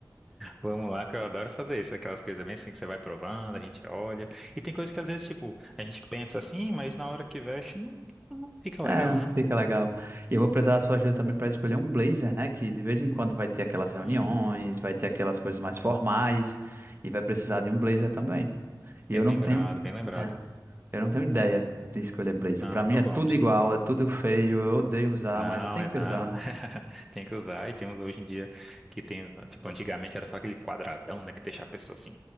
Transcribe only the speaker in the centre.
Vamos lá, que eu adoro fazer isso. Aquelas coisas bem assim que você vai provando, a gente olha. E tem coisas que às vezes, tipo, a gente pensa assim, mas na hora que veste não, não fica
legal, né?
Hum.
Bem
lembrado,
bem lembrado.
Não,
então
vamos.
Não,
é
não.
<laughs> Tem que usar. E tem uns hoje em dia que tem. Tipo, antigamente era só aquele quadradão, né? Que deixa a pessoa assim.